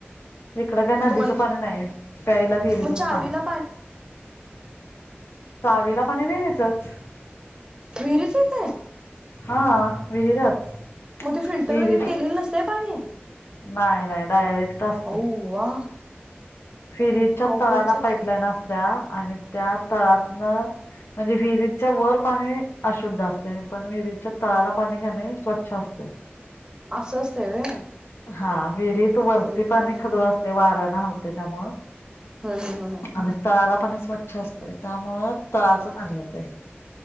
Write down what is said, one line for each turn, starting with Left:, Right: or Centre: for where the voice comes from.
Left: इकडं काही
Right: मग
Left: नदीचं
Right: तुम्हाला
Left: पाणी नाही प्यायला विहिरीचच
Right: मग चावीला
Left: पाणी वीला पणे वेगचच
Right: मरी फत आहे
Left: हा विहिरच
Right: मग ते फिल्टर
Left: विहिरीच
Right: वगैरे केलेलं नसते पाणी
Left: नाही नाही डायरेक्ट असते
Right: अव्वा
Left: फेरीच्या
Right: अवघडच
Left: तळाला
Right: आहे
Left: पाईपलाईन
Right: की
Left: असत्या आणि त्या तळातन म्हणजे विहिरीतच्या वर पाणी अशुद्ध असते पण विहिरीतच्या तळाला पाणी घाणे स्वच्छ असते
Right: असं असतंय व्हय
Left: हा विहिरीत वरती
Right: ते काय
Left: पाणी
Right: माहित
Left: खजोळ असते वाऱ्या त्यामु
Right: हम्म हम्म हम्म हम्म
Left: आणि तळाला प स्वच्छ अस त्यामुळं तळाचं पाणी येतय